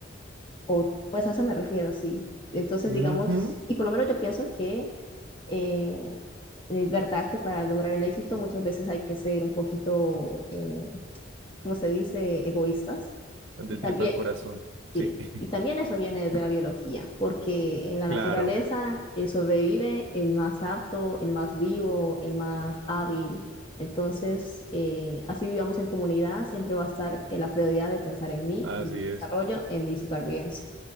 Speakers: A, on the left (about 25°); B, on the right (about 70°).
A: o pues a eso me refiero, sí. Entonces,
B: ujú,
A: digamos, y por lo menos yo pienso que eh, es verdad que para lograr el éxito muchas veces hay que ser un poquito, eh, ¿cómo se dice?, egoístas.
B: Donde
A: Y
B: tripas
A: también,
B: corazón. Sí,
A: sí,
B: <laughs>
A: y también eso viene de la biología, porque en la
B: claro,
A: naturaleza el sobrevive el más apto, el más vivo, el más hábil. Entonces, eh, así vivamos en comunidad, siempre va a estar en la prioridad de pensar en mí,
B: así
A: en mi desarrollo,
B: es.
A: en mi supervivencia.